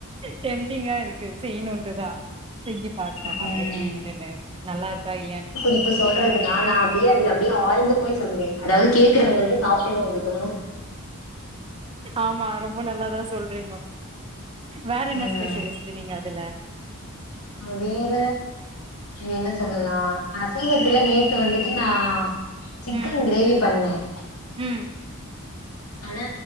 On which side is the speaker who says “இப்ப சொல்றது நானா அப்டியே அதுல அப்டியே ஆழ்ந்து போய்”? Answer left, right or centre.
Left